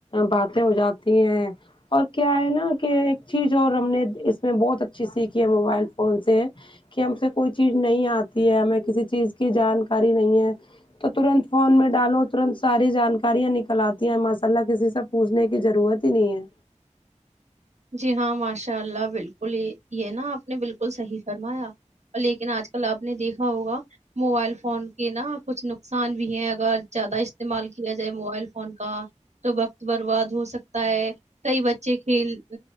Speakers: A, on the left; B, on the right.
A: باتیں ہو جاتی ہیں اور کیا ہے نا کہ ایک چیز اور ہم نے اس میں بہت اچھی سیکھی ہے موبائل فون سے کی ہم سے کوئی چیز نہیں آتی ہے ہمیں کسی چیز کی جانکاری نہیں ہے تو ترنت فون میں ڈالو ترنت ساری جانکاریاں نکل آتی ہیں ماشاء اللہ کسی سے پوجنے کی ضرورت ہی نہیں ہے
B: جی ہاں ماشاء اللہ بالکل یے نا آپ نے بالکل صحیح فرمایا اور لیکن آج کل آپ نے دیکھا ہوگا موبائل فون کے نا کچھ نقصان بھی ہے اگر زیادہ استعمال کیا جائے موبائل فون کا تو وقت برباد ہو سکتا ہے کئی بچے کھیل